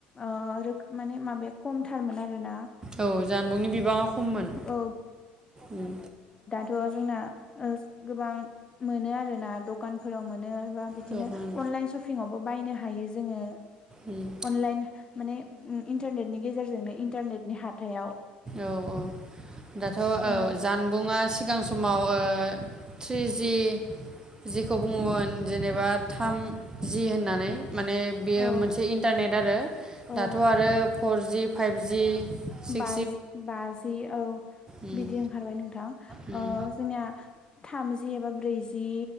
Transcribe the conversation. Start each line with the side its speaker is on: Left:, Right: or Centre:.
Left: ओ रोख माने माबाया खमथारमोन आरोना।
Right: औ जानबुंनि बिबाङा खममोन।
Left: औ
Right: उम
Left: थ' जोंना गोबां मोनो आरोना दखानफोराव मोनो। बिदिनो
Right: दखान
Left: अनलाइन सफिंआवबो बायनो हायो जोङो।
Right: उम
Left: अनलाइन माने इन्टारनेटनि गेजेरजोंनो इन्टारनेटनि हाथाइाव
Right: औ औ दाथ' औ
Left: जोङो
Right: जानबुंआ सिगां समाव ओ थ्रि जि जिखौ बुङोमोन जेनेबा थामजि होननानै माने बियो
Left: औ
Right: मोनसे इन्टारनेट आरो
Left: औ
Right: दाथ' आरो फरजि फाइभजि सिक
Left: बाज बाजि औ
Right: उम
Left: बिदि ओंखारबाय नोंथां
Right: उम
Left: ओ जोंनिया थामजि एबा ब्रैजि